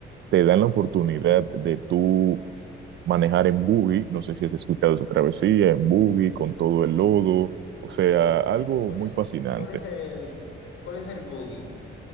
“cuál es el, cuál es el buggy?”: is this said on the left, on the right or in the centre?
Left